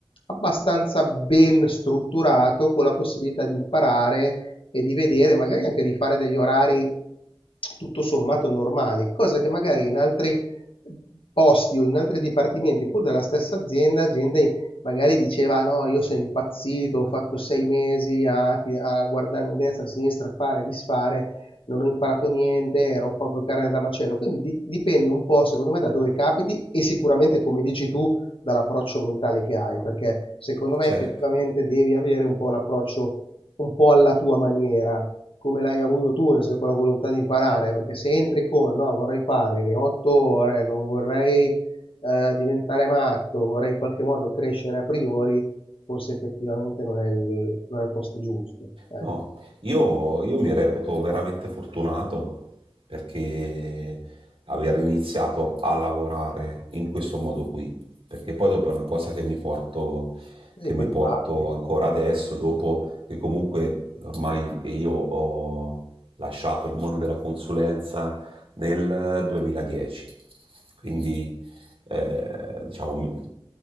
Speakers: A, on the left; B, on the right.
A: abbastanza ben strutturato, con la possibilità di imparare e di vedere, magari anche di fare degli orari tutto sommato normali, cosa che magari in altri posti o in altri dipartimenti, pur della stessa azienda, gente magari diceva: "No, io sono impazzito, ho fatto 6 mesi a ti a guardarmi a destra, a sinistra, a fare e disfare" non ho imparato niente, ero proprio carne da macello. Quindi di- dipende un po', secondo me, da dove capiti e sicuramente, come dici tu, dall'approccio mentale che hai, perché secondo me
B: certo.
A: effettivamente devi avere un po' l'approccio un po' alla tua maniera, come l'hai avuto tu, nel senso con la volontà di imparare, perché se entri con no, vorrei fare le otto ore, non vorrei eh, diventare matto, vorrei in qualche modo crescere a priori, forse effettivamente non è il, non è il posto giusto. Ecco.
B: No, io, io mi reputo veramente fortunato perché aver iniziato a lavorare in questo modo qui, perché poi dopo è una cosa che mi porto, che
A: E poi
B: mi
A: impari.
B: porto ancora adesso, dopo che comunque ormai io ho lasciato il mondo della consulenza nel 2010. Quindi, eh, diciamo,